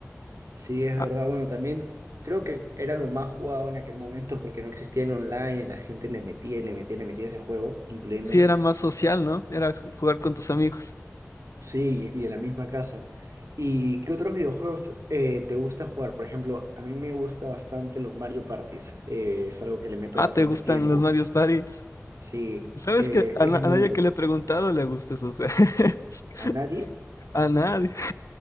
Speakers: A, on the right (about 80°); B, on the left (about 80°).
A: Sí, es
B: Ah,
A: verdad. Bueno, también creo que era lo más jugado en aquel momento porque no existía el online, y la gente le metía y le metía y le metía ese juego, incluyéndome.
B: sí, era más social, ¿no? Era jugar con tus amigos.
A: Sí, y y en la misma casa. ¿Y qué otros videojuegos eh, te gusta jugar? Por ejemplo, a mí me gusta bastante los Mario Parties. eh, es algo que le meto
B: Ah,
A: bastante
B: ¿te gustan
A: tiempo.
B: los Mario Party?
A: Sí,
B: ¿Sabes
A: eh,
B: que a,
A: es
B: na-
A: bien
B: a
A: bonito.
B: nadie que le he preguntado le gustan esos juegos? <laughs>
A: ¿A nadie?
B: A nadie.